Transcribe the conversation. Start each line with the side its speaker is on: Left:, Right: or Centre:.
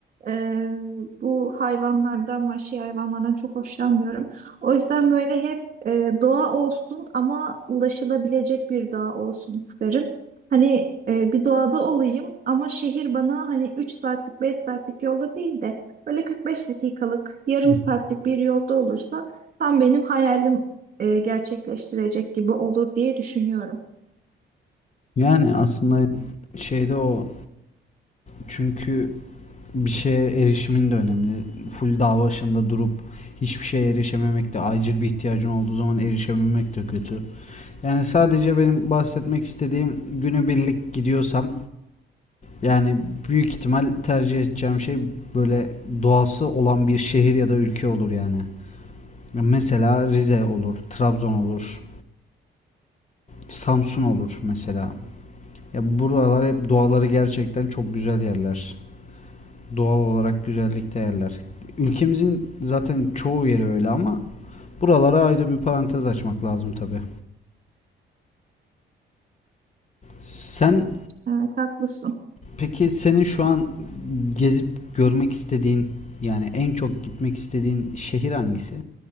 Right: e, bu hayvanlardan, vahşi hayvanlardan çok hoşlanmıyorum. O yüzden böyle hep e, doğa olsun ama ulaşılabilecek bir doğa olsun isterim. Hani e, bir doğada olayım ama şehir bana hani 3 saatlik, 5 saatlik yolda değil de böyle 45 dakikalık, yarım
Left: Hı hı.
Right: saatlik bir yolda olursa Tam benim hayalim e, gerçekleştirecek gibi olur diye düşünüyorum.
Left: Yani aslında şeyde o çünkü bir şeye erişimin de önemli. Full dağ başında durup hiçbir şeye erişememek de acil bir ihtiyacın olduğu zaman erişememek de kötü. Yani sadece benim bahsetmek istediğim günübirlik gidiyorsam Yani büyük ihtimal tercih edeceğim şey böyle doğası olan bir şehir ya da ülke olur yani. Mesela Rize olur, Trabzon olur, Samsun olur mesela. Ya buralar hep doğaları gerçekten çok güzel yerler. Doğal olarak güzellikte yerler. Ülkemizin zaten çoğu yeri öyle ama buralara ayrı bir parantez açmak lazım tabii. Sen
Right: Evet haklısın.
Left: peki senin şu an gezip görmek istediğin yani en çok gitmek istediğin şehir hangisi?